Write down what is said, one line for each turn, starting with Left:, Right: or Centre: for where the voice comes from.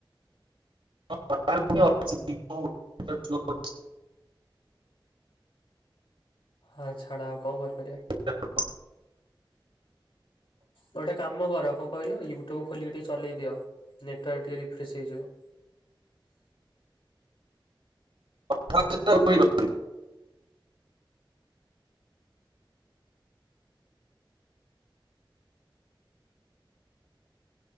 Right: <unintelligible>
Left: ହଁ ଛାଡ଼ ଆଉ କଣ କରିପାରିବା?
Right: <unintelligible>
Left: ଗୋଟେ କାମ କର କଁ କହିଲ ୟୁଟ୍ୟୁବ ଖୋଲିକି ଟିକେ ଚଲେଇ ଦିଅ। ନେଟୱାର୍କ ଟିକେ ରିଫ୍ରେଶ୍ ହେଇଯିବ।
Right: <unintelligible>